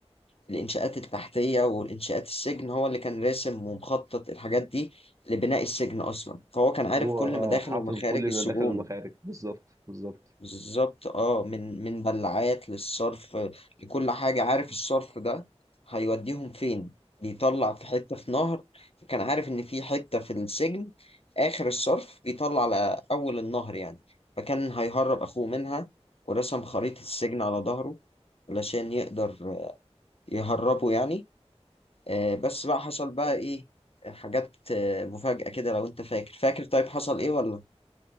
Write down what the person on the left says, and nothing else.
الإنشاءات التحتية والإنشاءات السجن هو اللي كان راسم ومخطط الحاجات دي لبناء السجن أصلا فهو كان عارف
كل
مداخل
ومخارج
السجون
بالظبط اه من من بلعات للصرف لكل حاجة عارف الصرف ده هيوديهم فين بيطلع في حتة في نهر كان عارف إن في حتة في السجن آخر الصرف بيطلع على أول النهر يعني فكان هيهرب أخوه منها ورسم خريطة السجن على ظهره علشان يقدر يهربه يعني آه، بس بقى حصل بقى ايه آه، حاجات آه، مفاجأة كده لو انت فاكر فاكر طيب حصل ايه ولا